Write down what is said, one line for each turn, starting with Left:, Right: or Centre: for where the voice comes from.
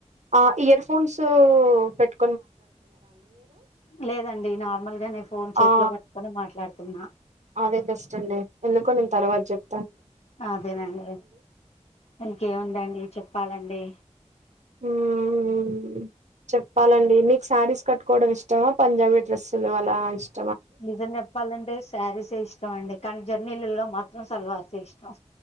Right: ఆ ఇయర్ ఫోన్సు పెట్టు
Left: లేదండి నార్మల్గానే ఫోన్ చేతిలో
Right: ఆ
Left: పట్టుకొని మాట్లాడు తున్న
Right: అదే బెస్ట్ అండి ఎందుకో నేను తర్వాత చెప్
Left: అదేనండి ఇంకేముందండి చెప్పాలండి
Right: ఉమ్ చెప్పాలండి మీ సారీస్ కట్కోవడం ఇష్టమా పంజాబీ డ్రెస్లు అలా ఇష్ట
Left: నిజం చెప్పాలంటే సారీసే ఇష్టం అండి కానీ జర్నీలలో మాత్రం సల్వార్సే ఇష్టం